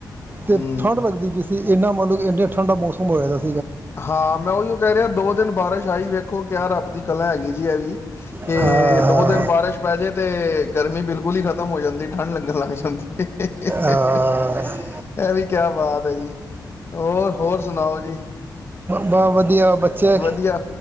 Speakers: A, on the right; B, on the left.
A: ਤੇ
B: ਹਮ
A: ਠੰਢ ਲੱਗਦੀ ਜ ਅਤੇ ਇੰਨਾ ਮਤਲਬ ਇੰਨੇ ਠੰਡਾ ਮੌਸਮ ਹੋਇਆ ਸੀ
B: ਹਾਂ ਮੈਂ ਉਹੀਓ ਕਹਿ ਰਿਹਾ ਦੋ ਦਿਨ ਬਾਰਿਸ਼ ਆਈ ਵੇਖੋ ਕਿਆ ਰੱਬ ਦੀ ਕਲਾ ਹੈਗੀ ਜੀ ਐ ਵੀ ਕਿ
A: ਅਹ,
B: ਦੋ ਦਿਨ ਬਾਰਿਸ਼ ਪੈ ਜਾੇ ਤੇ ਗਰਮੀ ਬਿਲਕੁਲ ਹੀ ਖ਼ਤਮ ਹੋ ਜਾਂਦੀ ਠੰਢ ਲੱਗਣ ਲੱਗ ਜਾਂਦੀ ਇਹ
A: ਅਹ,
B: ਵੀ ਕਿਆ ਬਾਤ ਹੈ ਜੀ ਹੋਰ ਹੋਰ ਸੁਣਾਓ ਜੀ
A: ਬਹੁ ਵਧੀਆ ਬੱਚੇ
B: ਵਧੀਆ